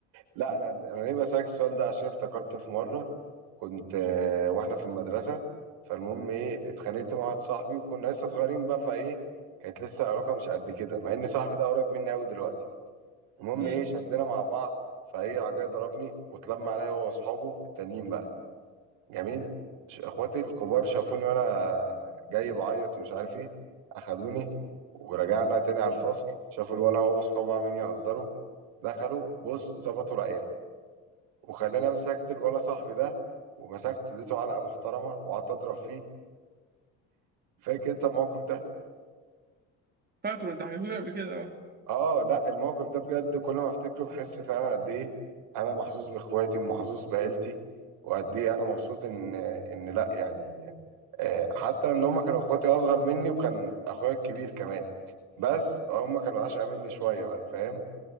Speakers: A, on the right (about 75°); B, on the right (about 30°).
A: لا انا انا ليه بسالك السؤال ده عشان افتكرت في مره كنت آه، واحنا في المدرسه فالمهم ايه اتخانقت مع واحد صاحبي وكنا لسه صغيرين بقى فايه كانت لسه العلاقه مش قد كده مع ان صاحبي ده قريب مني قوي دلوقتي المهم
B: امم
A: ايه شدنا مع بعض فايه راح جاي ضربني واتلم عليا هو واصحابه التانيين بقى جميل ش- اخواتي الكبار شافوني وانا جاي بعيط ومش عارف ايه اخدوني ورجعنا تاني على الفصل شافوا الولا هو واصحابه عاملين يهزروا دخلوا بص ظبطوا العيال وخلاني امسكت الولا صاحبي ده ومسكته اديته علقه محترمه وقعدت اضرب فيه فاكر انت الموقف ده
B: فاكره انت حكيته لي قبل كده اه
A: اه لا الموقف ده بجد كل ما افتكره بحس فعلا قد ايه انا محظوظ باخواتي ومحظوظ بعيلتي وقد ايه انا مبسوط ان ان لا يعني آه، حتى ان هم كانوا اخواتي اصغر مني وكان اخويا الكبير كمان بس هم كانوا اشقى مني شويه بقى فاهم